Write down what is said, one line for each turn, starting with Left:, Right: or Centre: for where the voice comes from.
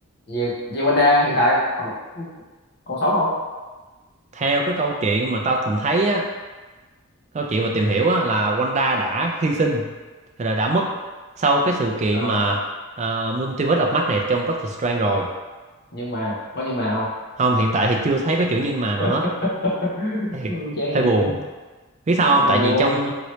Left: về về Wanda hiện tại còn còn sống không
Right: theo cái câu chuyện mà tao tìm thấy á câu chuyện mà tìm hiểu á là Wanda đã hy sinh rồi là đã mất sau cái sự kiện
Left: ờ
Right: mà uh, Multiverse of Madness trong Doctor Strange rồi
Left: nhưng mà có nhưng mà không
Right: không hiện tại thì chưa thấy có chữ nhân mà nào
Left: <laughs>
Right: hết thiệt
Left: Ừ, chán
Right: hơi
Left: vậy
Right: buồn biết sao
Left: ờ
Right: không tại vì trong